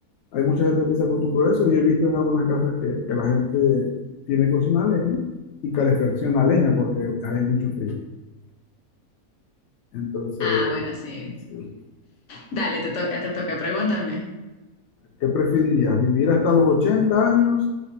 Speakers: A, on the left; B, on the left.
A: hay mucha gente que se acostumbró a eso y he visto en algunas casas que, que la gente tiene cocina a leña y calefacción a leña porque hay mucho frío. Entonces,
B: Ah, bueno, sí.
A: sí,
B: Dale, te toca, te toca, pregúntame.
A: ¿qué preferirías? ¿Vivir hasta los 80 años